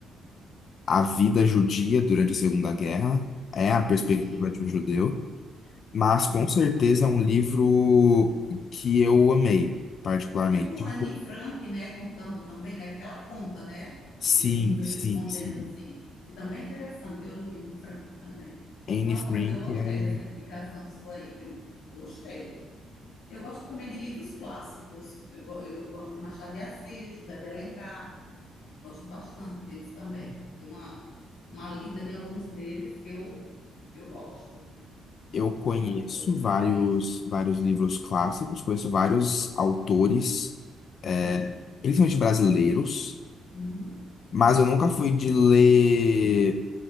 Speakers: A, on the left; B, on the left.
A: a vida judia durante a Segunda Guerra. É a perspectiva
B: Sim,
A: de um judeu. Mas
B: sim.
A: com certeza
B: Tipo,
A: é um livro que eu amei, particularmente.
B: tipo Anne Frank, né? Contando também, né? Porque ela conta, né? A
A: Sim,
B: vida como foi
A: sim,
B: se escondendo,
A: sim.
B: assim. Que também é interessante. Eu li Anne Frank também.
A: Anne
B: Nossa,
A: Frank
B: mas eu gostei
A: é um.
B: dessa indicação sua aí, viu? Gostei. Eu gosto também de livros clássicos. Eu, go- eu gosto de Machado de Assis, José de Alencar. Gosto bastante deles também. Ela Tem uma, uma lida em alguns deles que eu, eu gosto.
A: Eu conheço
B: Sim, autores brasileiros.
A: vários, vários livros clássicos, conheço vários autores, é,
B: Sim.
A: principalmente brasileiros,
B: Uhum.
A: mas eu nunca fui de ler